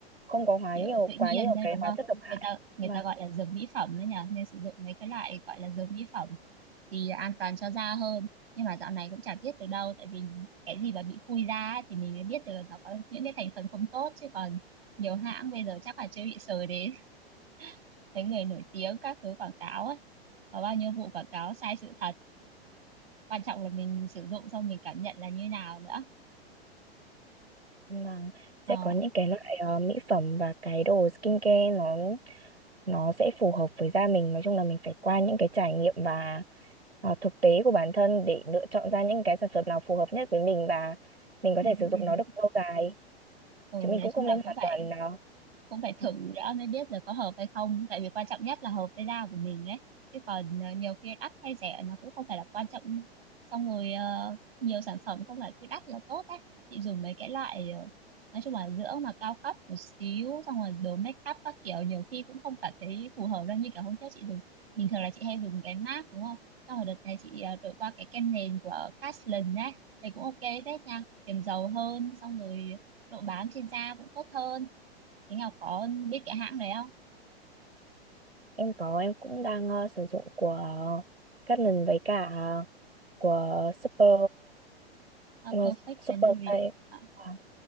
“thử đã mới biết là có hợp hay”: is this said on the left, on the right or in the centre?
Right